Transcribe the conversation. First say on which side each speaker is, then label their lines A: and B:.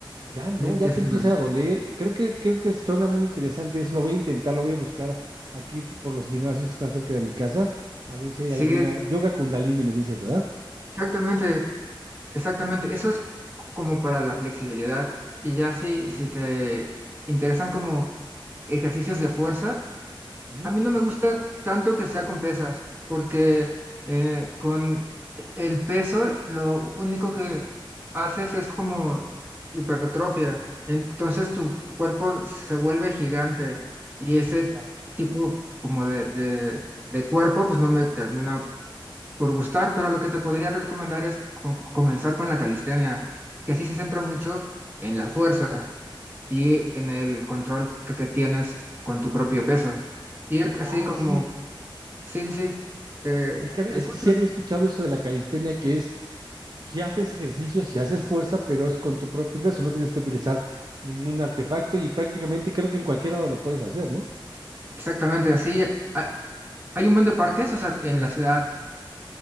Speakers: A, on the right; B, on the right.
A: ya no,
B: ya empieza,
A: ya te empieza
B: ¿no?
A: a doler. Creo que, creo que suena muy interesante eso, lo voy a intentar, lo voy a buscar aquí por los gimnasios que están cerca de mi casa, a ver si hay
B: Sí,
A: alguna. Yoga Kundalini me dices, ¿verdad?
B: exactamente, exactamente. Eso es c- como para la flexibilidad. Y ya si,
A: Ujú.
B: si te interesan como ejercicios de fuerza,
A: Ujú,
B: A mí no me gusta tanto que sea con pesas, porque eh, con el peso lo único que haces es como hipertrofia. Entonces tu cuerpo se vuelve gigante y ese
A: Ya,
B: tipo como de, de, de cuerpo pues no me termina por gustar, pero lo que te podría recomendar es co- comenzar con la calistenia, que así se centra mucho en la fuerza y en el control que te tienes con tu propio peso. Ir
A: ya,
B: así como,
A: eh, sí,
B: sí, sí, sí, te
A: es que, había-
B: escucho
A: es que sí había escuchado eso de la calistenia, que es, si haces ejercicio, si haces fuerza, pero es con tu propio peso, no tienes que utilizar ningún artefacto y prácticamente creo que en cualquier lado lo puedes hacer, ¿no?
B: exactamente así. Ha- Hay un buen de parques, o sea, en la ciudad